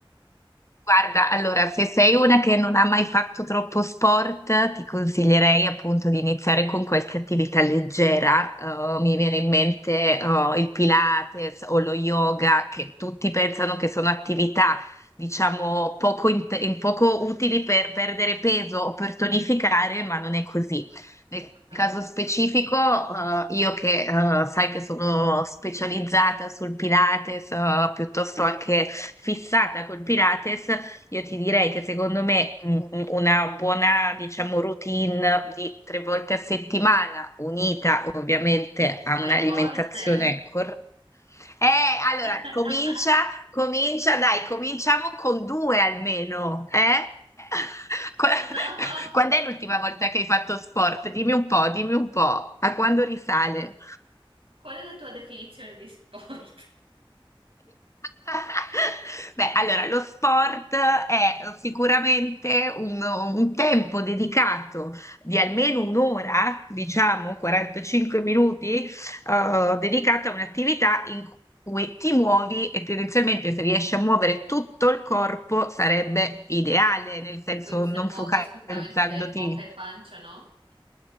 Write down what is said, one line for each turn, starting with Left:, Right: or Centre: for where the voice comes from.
Left: Guarda, allora, se sei una che non ha mai fatto troppo sport, ti consiglierei appunto di iniziare con qualche attività leggera. Eh, mi viene in mente, eh, il Pilates o lo yoga, che tutti pensano che sono attività, diciamo, poco, int- poco utili per perdere peso
Right: Mm,
Left: o per tonificare, ma non è così. Nel
Right: Ok.
Left: caso specifico, eh, io che eh, sai che sono specializzata sul Pilates, eh, piuttosto anche fissata col Pilates, io ti direi che secondo me mm, mm, una buona, diciamo, routine di tre volte a settimana, unita ovviamente a
Right: Tre
Left: un'alimentazione
Right: volte?
Left: corretta. Eh, allora,
Right: <laughs>
Left: comincia, comincia, dai, cominciamo con due almeno, eh? <laughs> Qua-
Right: No!
Left: Quando è l'ultima volta che hai fatto sport? Dimmi un po', dimmi un po', a quando risale?
Right: Qual è la tua definizione di sport?
Left: <laughs> Beh, allora, lo sport è sicuramente un, un tempo dedicato di almeno un'ora, diciamo 45 minuti, eh, dedicato a un'attività in cui ti muovi e tendenzialmente se riesci a muovere tutto il corpo sarebbe
Right: No.
Left: ideale, nel senso
Right: Quindi se
Left: non
Right: muovo
Left: focalizzandoti.
Right: esclusivamente bocca e pancia, no?